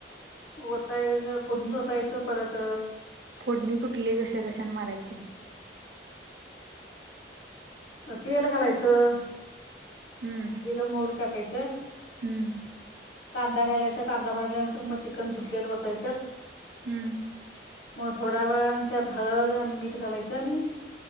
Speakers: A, on the left; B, on the right.
A: वतायच फोडनीट वतायच परत
B: फोडणी कुठली कशा कशान मारायची
A: तेल घालायचं
B: हम्म
A: जिर मोहरी टाकायचं
B: हम्म
A: कांदा घालायच कांदा भाजल्यानंतर तर मग चिकन धूतलेलं वतायचं त्यात
B: हम्म
A: मग थोड्या वेळांन त्यात हळद आणि मीठ घालायचं आणि